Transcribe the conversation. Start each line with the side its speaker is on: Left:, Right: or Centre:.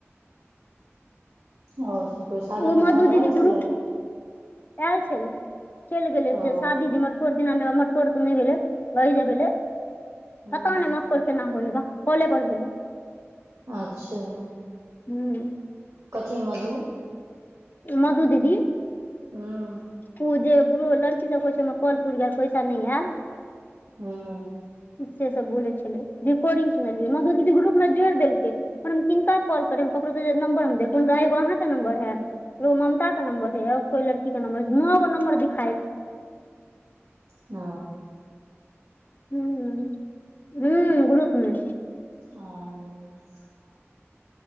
Right: और सब कोइ शादी
Left: उ
Right: मे
Left: मधु
Right: भाय
Left: दीदी
Right: आयल छलै
Left: ग्रुप आयल छलै, चलि गेलै
Right: ओ
Left: शादी दिना कोर दिना मे मटकोर त नैय भेलै अहिज भेले
Right: हूँ
Left: पत्ता नै मटकोर केना होइ ये भकक काॅले पर भैले।
Right: अच्छा
Left: हूँ।
Right: कथी मधु
Left: मधु दीदी।
Right: हुं।
Left: उ जे दुओ लड़की सब कहै छै हमर कॉल पुइर गैल पैसा नै आएल।
Right: हुं।
Left: से सब बोलै छलै, रिकॉर्डिंग सुनलिये मधु दीदी ग्रुप मे जोड़ देलकै। पर हम किनका कॉल करिये, हम ककरो देलिये नंबर हम देखबे नै, हुनकर एगो अहाँ के नंबर हय। एगो ममता के नंबर हय और कोय लड़की के नंबर हय, नौगो नम्बर दिख
Right: औ।
Left: हुं, हूँ ग्रुप मे।
Right: औ।